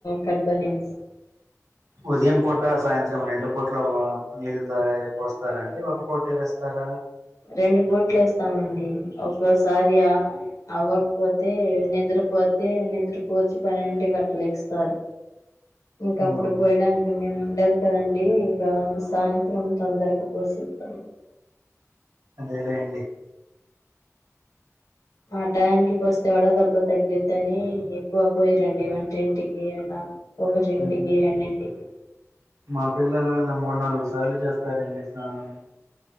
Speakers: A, on the left; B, on the right.
A: కట్ బనిన్స్
B: ఉదయం పూట సాయంత్రం రెండు పూట్ల నీళ్లు రండి ఒక పూట ఏ వేస్తారా
A: రెండు పట్లు వేస్తామండి ఒక్కోసారి అవ్వకపోతే నిద్ర పోతే నిద్రకు వచ్చి పన్నెండు ఇంటికి అట్లా లెగుస్తారు ఇంక
B: ఉమ్
A: అప్పుడు పోయడానికి నేను ఉండదు కదండి ఇంకా సాయంత్రం తొందరగా పోసేస్తాను
B: అదే లేండి
A: ఆ టయానికి పోస్తే వడ దెబ్బ తగిలిద్ది అని ఎక్కువ పోయ రండి వ టింటికి అలా ఒకటింటికి
B: ఉహు.
A: రెండింటికి
B: మా పిల్లలున్న మూడు నాలుగు సార్లు చేస్తారండి స్నానం